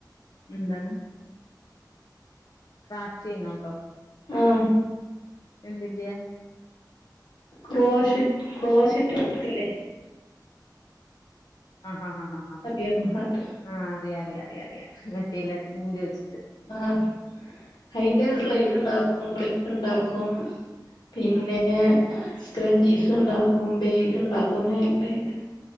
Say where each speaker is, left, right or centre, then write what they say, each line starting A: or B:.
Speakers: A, on the left (about 55°); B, on the left (about 80°).
A: എന്താണ് ക്രാഫ്റ്റ് ചെയ്യുന്നുണ്ടോ
B: ആഹ
A: എന്തന്ത്യ
B: ക്രോഷ ക്രോശിട്ട് വക്കില്ലേ
A: ആ ഹാ ആ ആാ
B: അറയാണ് അത <unintelligible>
A: ആഹ് അറിയാ അറിയാം അറിയാറിയാം മറ്റേ എല്ലാം നൂല് വെച്ചിട്ട്
B: ആഹ അതിന്റെ സ്ലൈഡ ഉണ്ടാക്കുംലിപ്പ്ണ്ടാക്കും പിന്നെ
A: ആഹ്
B: സ്ക്രഞ്ചീസ് ഉണ്ടാക്കും ബേഗ് ഉണ്ടാക്കും ഹാൻ ബാഗ്